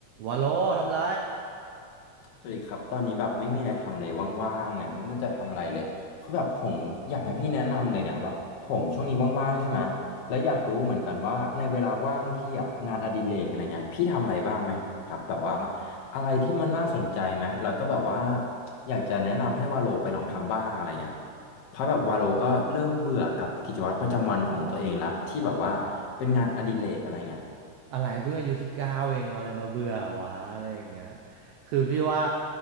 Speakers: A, on the right (about 85°); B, on the left (about 60°).
A: วาโลทำไร
B: สวัสดีครับตอนนี้แบบไม่มีอะไรทำเลยว่างๆเนี่ยไม่รู้จะทำอะไรเลยคือแบบผมอยากให้พี่แนะนำเลยเนี่ยแบบผมช่วงนี้ว่างๆใช่ไหมและอยากรู้เหมือนกันว่าในเวลาว่างพี่อะงานอดิเรกอะไรเงี้ยพี่ทำอะไรบ้างไหมครับแบบว่าอะไรที่มันน่าสนใจไหมแล้วก็แบบว่าอยากจะแนะนำให้วาโลไปลองทำบ้างอะไรเงี้ยเพราะแบบวาโลก็เริ่มเบื่อกับกิจวัตรประจำวันของตัวเองละที่แบบว่าเป็นงานอดิเรกอะไรเงี้ย
A: อะไรเพิ่งอายุสิบเก้าเองเอาอะไรมาเบื่อวะอะไรอย่างเงี้ยคือพี่ว่า